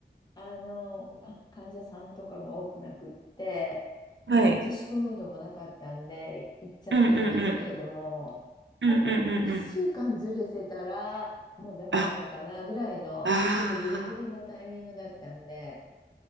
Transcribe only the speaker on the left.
あの、あ患者さんとかも多くなくって、あの、
自粛ムードもなかったんで、行っちゃったんですけれども、
多分1週間ずれてたら、もうダメだったかなぐらいの、
ちょっとギリギリのタイミングだったんで、